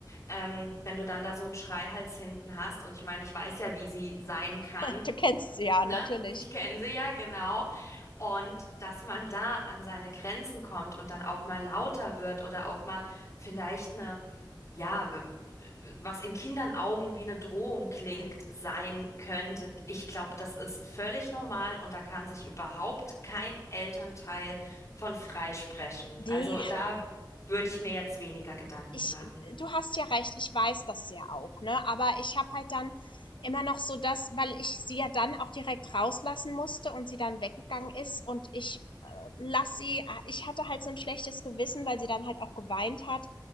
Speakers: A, on the left (about 40°); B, on the left (about 80°).
A: ähm, wenn du dann da so einen Schreihals hinten hast. Und ich meine, ich weiß ja, wie sie sein kann.
B: <laughs> Du kennst sie ja,
A: Ne?
B: natürlich.
A: Ich kenne sie ja, genau. Und dass man da an seine Grenzen kommt und dann auch mal lauter wird oder auch mal vielleicht eine ja, w- w- was in Kindern Augen wie eine Drohung klingt,
B: Mhm.
A: sein könnte. Ich glaube, das ist völlig normal und da kann sich überhaupt kein Elternteil von freisprechen.
B: Ne,
A: Also da würde ich mir jetzt weniger Gedanken
B: ich,
A: machen.
B: du hast ja recht, ich weiß das ja auch, ne? Aber ich habe halt dann immer noch so das, weil ich sie ja dann auch direkt rauslassen musste und sie dann weggegangen ist und ich äh, lass sie, äh, ich hatte halt so ein schlechtes Gewissen, weil sie dann halt auch geweint hat,